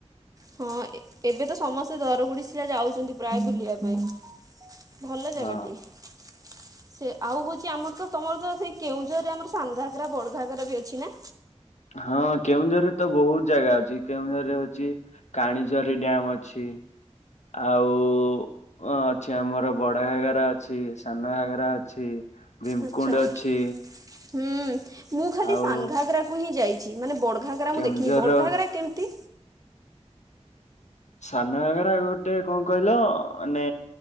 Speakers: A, on the right; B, on the left.
A: ହଁ ଏ-ଏବେ ତ ସମସ୍ତେ ଦରବୁଢ଼ୀ ଯା-ଯାଉଚନ୍ତି ପ୍ରାୟ ବୁଳିବା ପାଇଁ ଭଲ ଜାଗାଟିଏ।
B: ହଁ
A: ସେ ଆଉ ହୋଉଚି ଆମର ତ ତମର ତ ସେଇ କେଉଁଝରରେ ଆମର ସାନ୍ ଘାଗରା ବଡ ଘାଗରା ବି ଅଛି ନା?
B: ହଁ କେଉଁଝରରେ ତ ବୋହୁତ ଜାଗା ଅଛି କେଉଁଝରରେ ଅଛି କାଣୀଝ ସେ ଡ୍ୟାମ ଅଛି। ଆଉ ଅଛି ଆମର ବଡ ଘାଗରା ଅଛି ସାନ ଘାଗରା ଅଛି। ଭୀମକୁଣ୍ଡ
A: ଆଛା ହୁଁ
B: ଅଛି
A: ମୁଁ ଖାଲି
B: ଆଉ
A: ସାନ୍ ଘାଗରାକୁ ହିଁ ଯାଇ ଚି ମାନେ ବଡ ଘାଗରା
B: କେଉଁଝରର
A: ମୁଁ ଦେଖିନି ବଡ ଘାଗରା କେମିତି?
B: ସାନ ଘାଗରା ଗୋଟେ କଣ କହିଲ ମାନେ